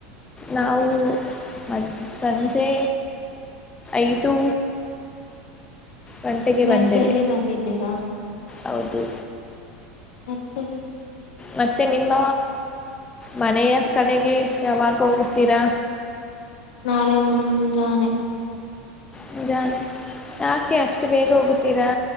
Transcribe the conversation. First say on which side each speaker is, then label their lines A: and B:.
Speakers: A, on the left; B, on the left.
A: ನಾವು ಮದ್ ಸಂಜೆ ಐದು ಗಂಟೆಗೆ
B: ಗಂಟೆಯಲ್ಲಿ
A: ಬಂದೇವೆ
B: ಬಂದಿದ್ದೀರಾ
A: ಹೌದು
B: ತ್ತೆ ಏನು
A: ಮತ್ತೆ ನಿಮ್ಮ ಮನೆಯ ಕಡೆಗೆ ಯಾವಾಗ ಹೋಗುತ್ತೀರಾ
B: ನಾಳೆ ಮುಂಜಾನೆ
A: ಮುಂಜಾನೆ ಯಾಕೆ ಅಷ್ಟು ಬೇಗ ಹೋಗುತ್ತೀರಾ